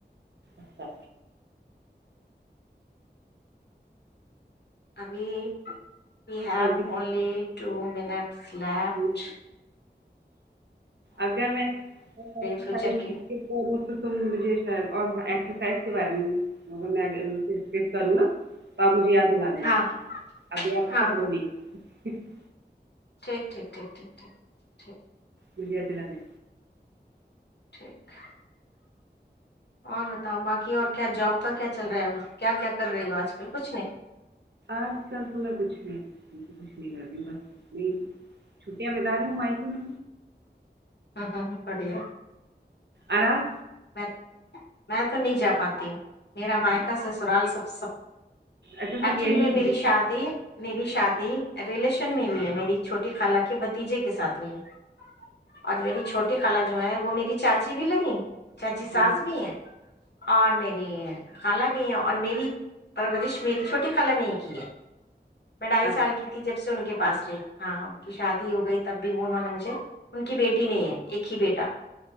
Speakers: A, on the right; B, on the left.
A: اچھا
B: ابھی وی ہییو
A: اب بھی
B: اونلی ٹو منٹس لیپٹ
A: کرتی ہے۔ اگر میں
B: فیوچر
A: کروں
B: کی
A: تو تم مجھے شاید اورسرسائز کے بارے میں اگر میںک کروں نا تو آپ مجھے یاد بلا دینا
B: ہاں
A: ابھی آپ
B: ہاں
A: پکڑو
B: ہاں
A: لی جٹ <inaudible>
B: ٹھیک ٹھیک ٹھیک ٹھیک ٹھیک ٹھیک <inaudible>
A: مجیاد میں
B: ٹھیک اور بتاؤ باقی اور کیا جاب کا کیا چل رہا ہے کیا کیا کر رہی ہو آج کل کچھ نہیں
A: آج کل تو میں کچھ نہیں کچھ نہیں کر رہی ہوں بس نہیں چھٹیاں بتا رہی ہوں مائکی میں
B: ہاں ہاں بڑیا
A: آرا <inaudible>
B: میں میں تو نہیں جا پاتی ہوں میرا مائقا سے سرال سب سب
A: اچھا سب
B: ایکچولی
A: یہی
B: میں
A: ہے
B: میری شادی میری شادی ریلیشن میں ہوئی ہے میری چھوٹی خالہ کے بھتیجے کے ساتھ ہوئی ہے اور میری چھوٹی خلا جو ہے وہ میری چاچی بھی لگی چاچی
A: اچھا
B: ساس بھی ہیں اور میری خال بھی ہیں اور میری پرورزش میری چھوٹی خال نہیں کی ہے میں ڈھائی
A: اچھا
B: سال کی جب سن کے پاس رہی ہاں کی شادی ہو گئی تب بھی وہ انہوں نے مجھے ان کی بیٹی نہیں ہے ایک ہی بیٹا